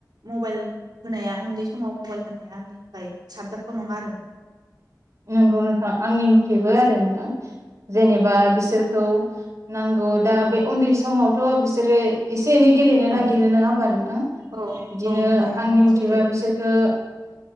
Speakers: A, on the right; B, on the right.
A: मबाइल होनाया उन्दै समाव मबाइल होनाया आंनि थाखाय साबजाथाव नङा आरोना।
B: नंगौ नोंथां आंनि मुथेबो आरो नोंथां। जेनेबा बिसोरखौ नांगौ दा
A: औ
B: बे उन्दै समाव थ' बिसोरो एसे एनै गेलेनो नागिरो
A: औ
B: नंङा होमबा नोंथां
A: औ
B: बिदिनो
A: औ नंगौ नोंथां
B: आंनि मथेबा
A: सैथो
B: बिसोरखो